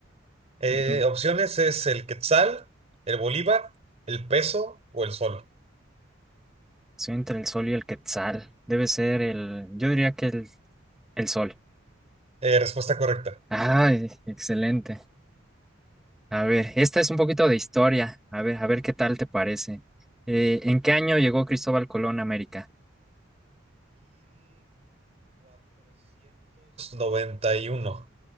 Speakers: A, on the right (about 35°); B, in the centre.
A: Eh,
B: Mm,
A: opciones es el quetzal, el bolívar, el peso o el sol.
B: Soy entre el sol y el quetzal. Debe ser el, yo diría que el, el sol.
A: Eh, respuesta correcta.
B: Ah, excelente. A ver, esta es un poquito de historia. A ver, a ver qué tal te parece. Eh, ¿en qué año llegó Cristóbal Colón a América?
A: 1491.